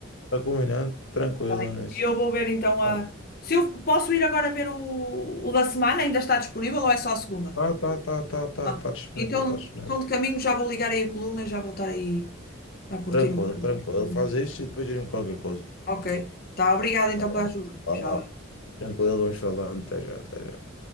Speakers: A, on the left; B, on the left.
A: Está combinado? Tranquilo
B: Tá bem.
A: nisso.
B: E eu vou ver então a.
A: Olha,
B: Se eu posso ir agora ver o, o da semana, ainda está disponível ou é só a segunda?
A: tá, tá, tá, tá, tá,
B: Ah,
A: tá disponível,
B: então,
A: tá disponível.
B: então de caminho já vou ligar aí a coluna e já vou estar aí a curtir
A: Tranquilo,
B: um bocadinho.
A: tranquilo. Faz isto e depois diz-me qualquer coisa.
B: Ok. Tá, obrigada então
A: Tá bom.
B: pela ajuda.
A: Tá
B: Tchau.
A: lá.
B: Até
A: Tranquilo,
B: a próxima.
A: vamos falando. Até já, até já.